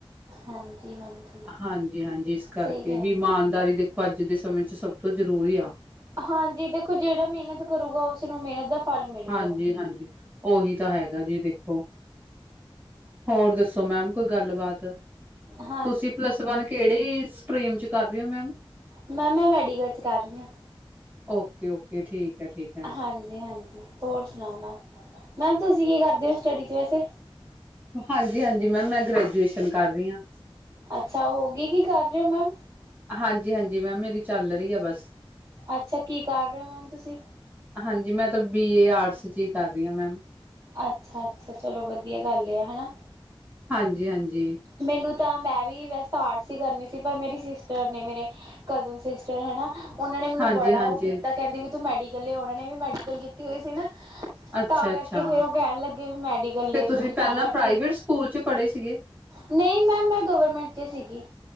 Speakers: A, on the right; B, on the right.
A: ਹਾਂਜੀ ਹਾਂਜੀ
B: ਹਾਂਜੀ-ਹਾਂਜੀ ਕਰਕੇ
A: ਸਹੀ ਕਹਿ
B: ਵੀ
A: ਰਹੇ
B: ਇਮਾਨਦਾਰੀ ਦੇਖੋ ਅੱਜ ਦੇ, ਸਮੇਂ ਚ ਸਭ ਤੋਂ ਜ਼ਰੂਰੀ ਆ
A: ਹਾਂਜੀ ਦੇਖੋ ਜਿਹੜਾ ਮਿਹਨਤ ਕਰੂਗਾ ਉਸਨੂੰ ਮਿਹਨਤ ਦਾ ਫਲ ਮਿਲੂਗਾ
B: ਹਾਂਜੀ-ਹਾਂਜੀ ਉਹੀ ਤਾਂ ਹੈਗਾ ਜੀ, ਦੇਖੋ ਹੋਰ ਦੱਸੋ ਮੈਮ ਕੋਈ ਗੱਲਬਾਤ
A: ਹਾਂ
B: ਤੁਸੀਂ ਪਲੱਸ ਵਨ ਕਿਹੜੇ ਸਟਰੀਮ ਚ, ਕਰ ਰਹੇ ਹੋ ਮੈਮ
A: ਮੈਮ ਮੈਂ ਮੈਡੀਕਲ ਚ, ਕਰ ਰਹੀ ਹਾਂ
B: ਓਕੇ-ਓਕੇ ਠੀਕ ਹੈ ਠੀਕ ਹੈ
A: ਹਾਂਜੀ-ਹਾਂਜੀ ਹੋਰ ਸੁਣਾਓ ਮੈਮ, ਮੈਮ ਤੁਸੀਂ ਕੀ ਕਰਦੇ ਹੋ ਸਟੱਡੀ ਚ, ਵੈਸੇ
B: ਹਾਂਜੀ-ਹਾਂਜੀ ਮੈਮ ਮੈਂ ਗ੍ਰੈਜੂਏਸ਼ਨ ਕਰ ਰਹੀ ਹਾਂ
A: ਅੱਛਾ ਹੋ ਗਈ ਕੀ ਕਰ ਰਹੇ ਹੋ ਮੈਮ
B: ਹਾਂਜੀ-ਹਾਂਜੀ, ਮੈਮ ਮੇਰੀ ਚੱਲ ਰਹੀ ਆ, ਬਸ।
A: ਅੱਛਾ, ਕੀ ਕਰ ਰਹੇ ਹੋ, ਮੈਮ ਤੁਸੀਂ?
B: ਹਾਂਜੀ, ਮੈਂ ਤਾਂ ਬੀ ਏ ਆਰਟਸ ਚ, ਹੀ ਕਰ ਰਹੀ ਹਾਂ ਮੈਮ।
A: ਅੱਛਾ-ਅੱਛਾ ਚਲੋ ਵਧੀਆ ਗੱਲ ਆ, ਹਨਾ
B: ਹਾਂਜੀ-ਹਾਂਜੀ।
A: ਮੈਨੂੰ ਤਾਂ ਮੈਂ, ਵੀ ਵੈਸੇ ਤਾਂ ਆਰਟਸ ਹੀ ਕਰਨੀ ਸੀ, ਪਰ ਮੇਰੀ ਸਿਸਟਰ ਨੇ, ਮੇਰੇ ਕਜ਼ਨ ਸਿਸਟਰ ਹੈ ਨਾ ਉਹਨਾਂ ਨੇ ਮੈਨੂੰ
B: ਹਾਂਜੀ
A: ਬੜਾ
B: ਹਾਂਜੀ
A: ਉਹ ਕੀਤਾ ਕਹਿੰਦੀ ਵੀ, ਤੂੰ ਮੈਡੀਕਲ ਲਿਆ, ਉਹਨਾਂ ਨੇ ਵੀ, ਮੈਡੀਕਲ ਕੀਤੀ ਹੋਈ ਸੀ ਨਾ
B: ਅੱਛਾ
A: ਤਾਂ ਕਰਕੇ,
B: ਅੱਛਾ
A: ਫੇਰ ਉਹ ਕਹਿਣ ਲੱਗੇ ਵੀ, ਮੈਡੀਕਲ
B: ਫਿਰ
A: ਲੈ
B: ਤੁਸੀਂ
A: ਤੂੰ ਵੀ,
B: ਪਹਿਲਾਂ
A: ਤਾਂ ਕਰਕੇ
B: ਪ੍ਰਾਈਵੇਟ
A: ਫੇਿਰ ਮੈ
B: ਸਕੂਲ ਚ ਪੜ੍ਹੇ ਸੀਗੇ
A: ਨਹੀਂ ਮੈਮ, ਮੈਂ ਗਵਰਮੈਂਟ ਚ ਸੀਗੀ